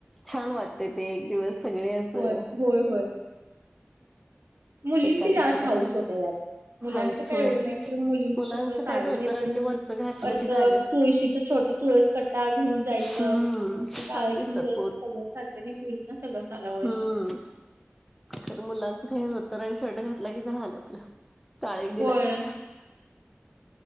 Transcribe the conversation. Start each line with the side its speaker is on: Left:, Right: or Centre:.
Centre: छान वाटतय ते, एक दिवस सगळे असं.
Right: होय होय होय. मुलींची
Centre: एकादशीला
Right: जास्त हौस होत्या यात. मुलांच
Centre: हाऊस
Right: काही
Centre: होय
Right: एवढं नाही खरं, मुलींचं
Centre: मुलांचं
Right: कस साडी
Centre: काय धोतर
Right: नेसून
Centre: आणि ते वरचं घातलं
Right: परत
Centre: की झालं
Right: तुळशीचं, छोट तुळस कट्टा घेऊन जायचं,
Centre: हम्म ते
Right: टाळ
Centre: छान
Right: घेऊन
Centre: दिसतात
Right: जायचं.
Centre: पोर
Right: सगळं चालतंय मुलींना सगळं. चालावलंय
Centre: हम्म. खरं मुलांचं काहीच धोतर आणि शर्ट घातला की झाल आपलं. टाळ एक दिला
Right: होय
Centre: की,